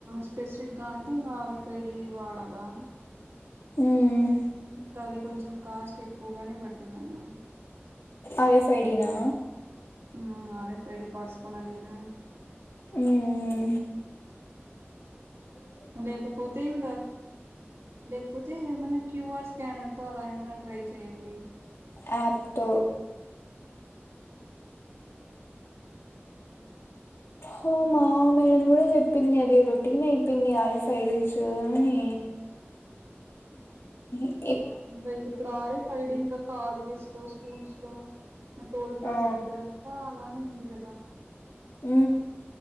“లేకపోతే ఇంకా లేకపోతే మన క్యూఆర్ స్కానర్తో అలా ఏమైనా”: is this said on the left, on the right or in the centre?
Right